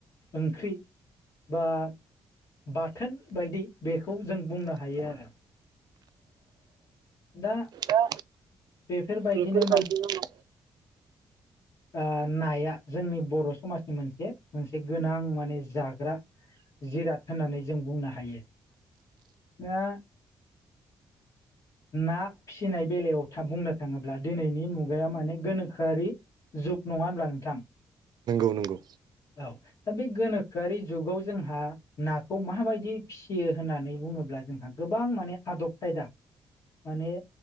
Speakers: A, on the left (about 65°); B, on the right (about 70°).
A: ओंख्रि बा बाथोन बायदि बेखौ जों बुंनो हायो आरो। दा
B: दा‌
A: बेफोरबायदिनो
B: बेफोर बायदिनो
A: ओ‌ नाया जोंनि बर' समाजनि मोनसे मोनसे गोनां माने जाग्रा जिराद होननानै जों बुंनो हायो दा ना फिसिनाय बेलायाव थाब बुंनो थाङोब्ला दिनैनि मुगाया माने गोनोखोआरि जुग नङा होनब्ला नोंथां।
B: नोंगौ।
A: औ दा बे गोनोखोआरि जुगाव जोंहा नाखौ माबायदि फिसियो होननानै बुङोब्ला जोंहा गोबां माने आदब खायदा माने